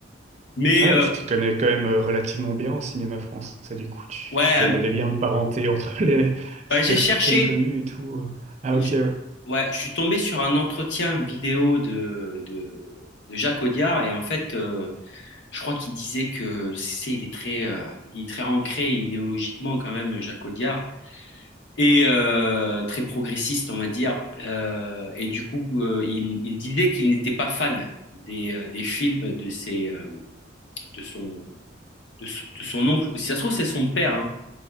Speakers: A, on the left; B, on the right.
A: Mais
B: Ah ouais,
A: euh,
B: tu t'y connais quand même euh, relativement bien en cinéma français, du coup, tu,
A: ouais,
B: tu connais
A: un-
B: des liens de parenté entre <laughs> les, les
A: bah, j'ai
B: personnes
A: cherché.
B: connues et tout. euh. Ah
A: Je,
B: ok, ouais.
A: ouais, je suis tombé sur un entretien vidéo de, de, de Jacques Audiard et en fait, euh, je crois qu'il disait que c'est, il est très, euh, il est très ancré idéologiquement quand même, Jacques Audiard, et euh, très progressiste, on va dire. Euh, et du coup, euh, il, il disait qu'il n'était pas fan des, euh, des films de ses, euh, de son, de, son de son oncle. Si ça se trouve, c'est son père, hein,